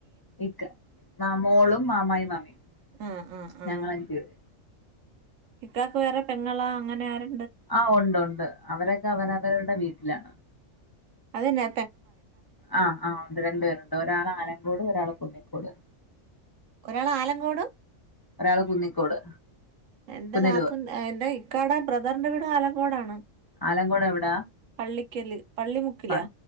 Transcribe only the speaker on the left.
ഇക്ക വ മോളും മാമായും മാമിയും
ഞങ്ങളഞ്ചു
പേര്
ആഹ് ഉണ്ട് ഉണ്ട് അവരൊക്കെ അവരവരുടെ വീട്ടിലാ
ആഹ് ആഹ് ണ്ട് രണ്ട് പേരുണ്ട് ഒരാളാലങ്കോട് ഒരാ <unintelligible>
ഒരാള് കുന്നിക്കോട്
പുനലൂർ
അലങ്കോടെവിടാ?
പ